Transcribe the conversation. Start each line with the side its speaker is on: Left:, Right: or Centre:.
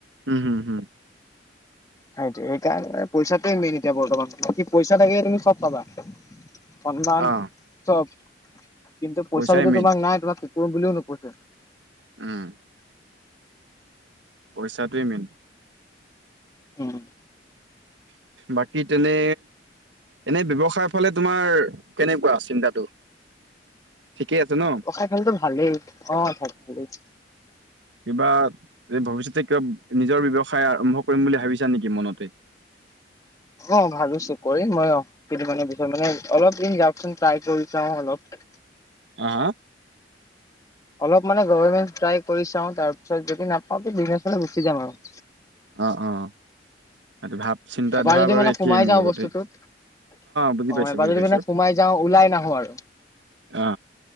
Right: উম, হম, হম।
Left: সেইতো সেইকাৰণে পইচাটোয়ে মেইন এতিয়া বৰ্তমান কি পইচা থাকে তুমি চব পাবা। সন্মান
Right: অ
Left: চব। কিন্তু পইচা
Right: পইচাই
Left: যদি
Right: মেইন
Left: তোমাক নাই তোমাক কুকুৰ বুলিও নোপোচে।
Right: উম পইচাটোৱে মেইন।
Left: উম।
Right: বাকী তেনে এনে ব্যৱসায়ৰ ফালে তোমাৰ কেনেকুৱা চিন্তাটো? ঠিকেই আছে ন
Left: সাই ফলেটো ভালেই অ', ভালেই
Right: কিবা ভৱিষ্যতে কিবা নিজৰ ব্যৱসায় আৰম্ভ কৰিম বুলি ভাবিছা নেকি মনতে?
Left: অ', ভাবিছোঁ কৰিম মই অ', কেইদিনমানৰ পিছত মানে অলপ দিন যাওঁকচোন ট্ৰাই কৰি চাওঁ অলপ
Right: হা হা
Left: অলপ মানে গভৰমেণ্ট ট্ৰাই কৰি চাওঁ, তাৰ পিছত যদি নাপাওঁ তে বিজনেছলে গুচি যাম আৰু।
Right: অ', অ', এইটো ভাৱ চিন্তা
Left: এবাৰ
Right: ধাৰা
Left: যদি
Right: বাৰু
Left: মানে
Right: একেই
Left: সোমাই
Right: মোৰ
Left: যাওঁ
Right: লগতে।
Left: বস্তুটোত অ',
Right: বুজি পাইছো
Left: এবাৰ
Right: বুজি
Left: যদি
Right: পাইছো
Left: কেনে সোমাই যাওঁ ওলাই নাহো আৰু
Right: অ'।